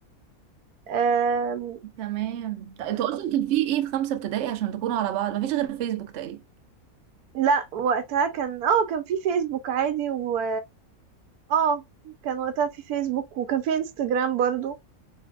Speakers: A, on the right; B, on the right.
A: آم،
B: تمام ط- انتوا اصلا كان في ايه في خمسه ابتدائي عشان تكونوا على بعض مفيش غير فيسبوك تقريبا
A: لا وقتها كان اه كان في فيسبوك عادي و اه كان وقتها في فيسبوك وكان في انستجرام برضو